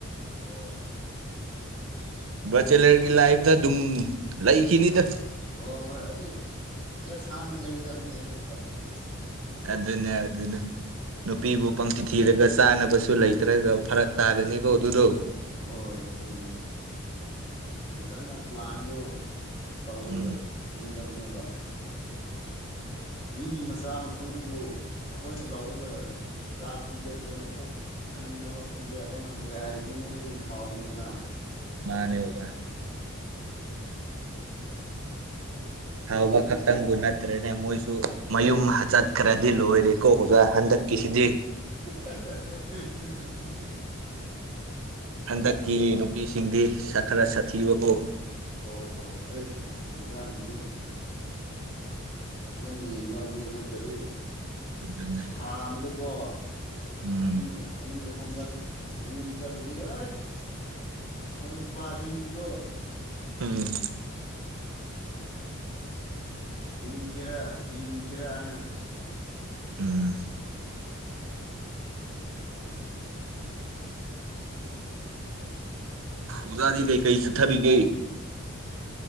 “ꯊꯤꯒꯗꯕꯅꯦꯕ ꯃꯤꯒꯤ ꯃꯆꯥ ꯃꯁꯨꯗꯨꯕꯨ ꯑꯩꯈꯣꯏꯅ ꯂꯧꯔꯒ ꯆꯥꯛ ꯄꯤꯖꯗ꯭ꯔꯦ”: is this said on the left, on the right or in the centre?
Left